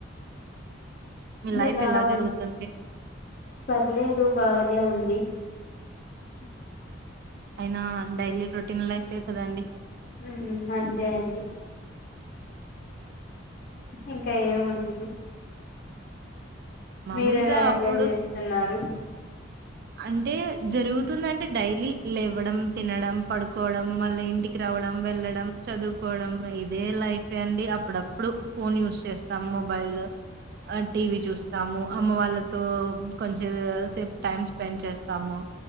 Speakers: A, on the right; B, on the left.
A: మీ లైఫ్
B: ఎలా ఉం
A: జరుగుతుంది?
B: పర్లేదు బాగానే ఉంది ఆ
A: అయినా డైలీ రొటీన్ లైఫే కదండి
B: హ్మ్ అంతే అండి. ఇంకా ఏముంటుంది.
A: మామూలుగా
B: మీరు ఎలా ఎంజాయ్
A: అప్పుడు
B: చేస్తున్నారు
A: అంటే జరుగుతుందంటే డైలీ లెవ్వడం, తినడం, పడుకోవడం మళ్ళీ ఇంటికి రావడం, వెళ్ళడం, చదువుకోవడం ఇదే లైఫే అండి. అప్పుడప్పుడు ఫోన్ యూజ్ చేస్ తం మొబైల్ ఆ టీవి చూస్ అమ్మ వాళ్ళతో కొంచ సేపు టైమ్ స్పెండ్ చేస్తాము